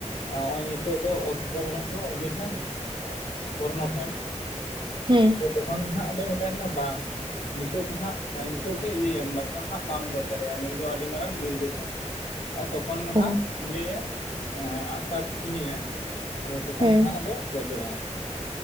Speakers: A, on the left; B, on the right.
A: ᱟᱸ ᱚᱸᱭ ᱧᱤᱛᱚᱜ ᱫᱚ ᱚᱥᱛᱨᱚ ᱵᱚᱱᱩᱜ ᱫᱚ ᱤᱭᱟᱹ ᱴᱷᱮᱱ ᱮᱸ ᱠᱚᱨᱱᱚ ᱴᱷᱮᱱ᱾
B: ᱦᱩᱸ᱾
A: ᱟᱫᱚ ᱛᱚᱠᱷᱚᱱ ᱜᱮ ᱦᱟᱸᱜ ᱟᱫᱚ ᱢᱮᱛᱟᱭ ᱠᱟᱱᱟ ᱵᱟᱝ᱾ ᱧᱤᱛᱚᱜ ᱜᱮ ᱦᱟᱸᱜ ᱧᱤᱛᱚᱜ ᱜᱮ ᱤᱭᱟᱹᱭᱮᱢ ᱵᱟᱠᱷᱟᱱ ᱦᱟᱸᱜ ᱵᱟᱢ ᱜᱚᱡ ᱫᱟᱲᱮᱭᱟ ᱱᱩᱭ ᱫᱚ ᱟᱰᱤ ᱢᱟᱨᱟᱝ ᱵᱤᱨ ᱡᱳᱫᱽᱫᱷᱟ᱾ ᱟᱣᱚ ᱛᱚᱠᱷᱚᱱ ᱜᱮ
B: ᱚ
A: ᱦᱟᱸᱜ ᱤᱭᱟᱹᱭᱮ ᱟᱸ ᱟᱜᱼᱥᱟᱨ ᱛᱩᱧᱮᱭᱮ᱾ ᱟᱫᱚ ᱛᱚᱠᱷᱚᱱ
B: ᱦᱮᱸ
A: ᱜᱮ ᱦᱟᱸᱜ ᱟᱫᱚ ᱜᱚᱡᱚᱜ ᱟᱸᱭ᱾